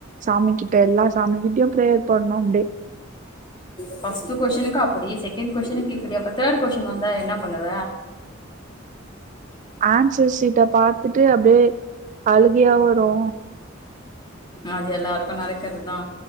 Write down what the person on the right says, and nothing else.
சாமி கிட்ட எல்லா சாமி கிட்டயு பிரேயர் பண்ணணு அப்டியே
ஆன்சர் ஷீட்ட பாத்துட்டு அப்டியே அழுகியா வரு